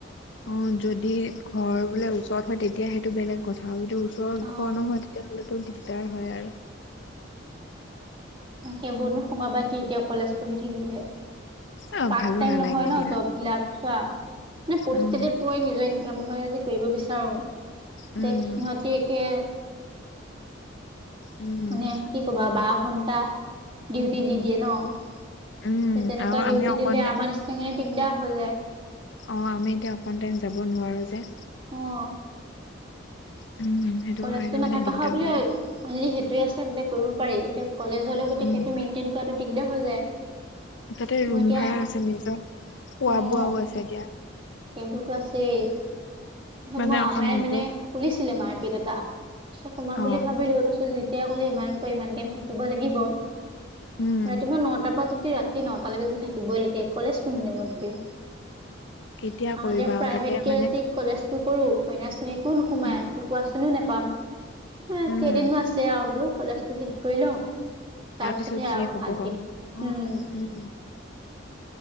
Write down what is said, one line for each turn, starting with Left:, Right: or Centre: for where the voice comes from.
Left: অহ, যদি ঘৰ বোলে ওচৰত হয় তেতিয়া সেইটো বেলেগ কথা। আৰু ওচৰত
Right: অ
Left: ঘৰ নহয় তেতিয়াহ'লেতো দিগদাৰ হয় আৰু।
Right: সেইবোৰনো সোমাবা কি এতিয়া কলেজ পঢ়ি থাকিলে।
Left: অ
Right: পাৰ্ট
Left: ভালো
Right: টাইম
Left: নালাগে
Right: নহয় ন'
Left: দিয়া
Right: জববিলাক চোৱা, মানে পৰিস্থিতিত
Left: উম
Right: পৰি নিজৰ ইন কামকে যদি কৰিব বিচাৰোঁ তেতিয়া
Left: উম
Right: সিহঁতে একে
Left: উম
Right: মানে কি ক'বা, বাৰ ঘন্টা ডিউটি দি দিয়ে ন'।
Left: উম
Right: এ তেনেকুৱা
Left: আৰু
Right: ডিউটি
Left: আমি অকণ
Right: দিলে,
Left: টাইম
Right: আমাৰ নিচিনা কাৰণে দিগদাৰ হৈ যায়।
Left: অহ, আমি এতিয়া অকণ টাইম যাব নোৱাৰোঁ যে।
Right: অ'।
Left: <unintelligible>
Right: কলেজটো নাথাকা
Left: মানে দিগদাৰ
Right: হয় বুলিয়ে
Left: হৈ
Right: এৰি
Left: যায়।
Right: অনলি সেইটোৱে আছে তেতিয়া কৰিব পাৰি, এতিয়া কলেজলৈ গতি
Left: উম।
Right: সেইটো মেইনটেইন কৰাটো দিগদাৰ হৈ যায়।
Left: তাতে
Right: মই
Left: ৰুম
Right: এতিয়া
Left: ভাড়া আছে নিজৰ খোৱা
Right: অঁ
Left: বোৱাও আছে এতিয়া।
Right: সেইবোৰতো আছেই মই
Left: মানে
Right: আমাৰ
Left: অকণ নিজৰ
Right: মানে খুলিছিলে, মাৰ্কেট এটা, চ সোমাম
Left: অ',
Right: বুলি ভাবিলো তাৰপিছত তেতিয়া ক'লে ইমান পৰা ইমান টাইম থাকিব লাগিব,
Left: উম,
Right: ৰাতিপুৱা নটাৰ পৰা যদি ৰাতি ৰাতি নটালৈকে যে থাকিবই লাগে, কলেজ কোনদিনা মত কৰিল।
Left: কেতিয়া
Right: আহ,
Left: কৰিবা
Right: এতিয়া
Left: আৰু
Right: প্ৰাইভেট
Left: তাতে
Right: কে
Left: মানে
Right: যদি কলেজটো কৰো অন্য আঁচনি একো নোসোমাই
Left: উম,
Right: একো আঁচনিও নোপাম কেইদিনমান
Left: উম,
Right: আ আৰু বোলো কলেজটো শেষ কৰি লওঁ,
Left: তাৰপিছত
Right: তাৰপিছতহে
Left: যি
Right: আৰু
Left: হ'ব
Right: হাত
Left: হ'ব।
Right: দিম,
Left: অ',
Right: উম।
Left: উম।